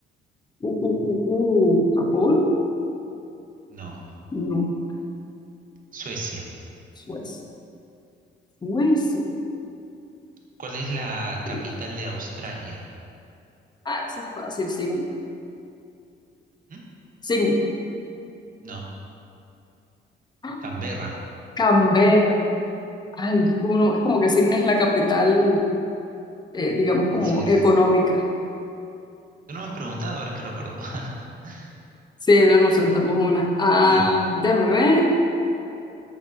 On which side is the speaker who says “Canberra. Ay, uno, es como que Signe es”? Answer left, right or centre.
Left